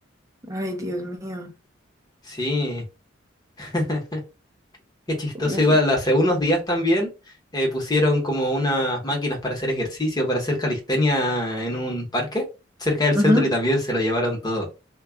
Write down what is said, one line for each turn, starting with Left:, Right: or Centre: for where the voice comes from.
Right: Ay, Dios mío.
Left: Sí, <laughs> qué chistoso
Right: Uy.
Left: igual. Hace unos días también eh, pusieron como unas máquinas para hacer ejercicio, para hacer calistenia en un parque cerca del centro
Right: Ujú.
Left: y también se lo llevaron todo.